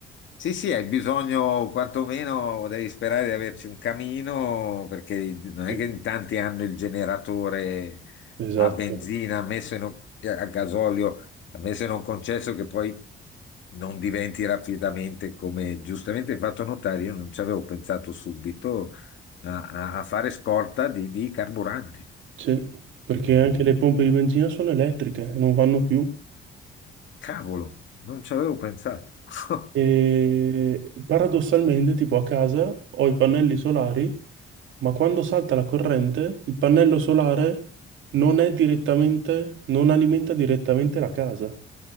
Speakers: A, on the left; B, on the right.
A: Sì, sì, hai bisogno, quantomeno devi sperare di averci un camino, perché non
B: Sì,
A: è che in tanti hanno il generatore
B: esatto.
A: a benzina, messo in un- a gasolio, messo in un concesso che poi non diventi rapidamente, come giustamente hai fatto notare, io non ci avevo pensato subito a, a- a fare scorta di, di carburante.
B: Sì, perché
A: Eh,
B: anche le pompe di benzina sono elettriche e non vanno più.
A: Cavolo, non ci avevo pensato. <laughs>
B: E paradossalmente, tipo a casa ho i pannelli solari, ma quando salta la corrente, il pannello solare non è direttamente, non alimenta direttamente la casa.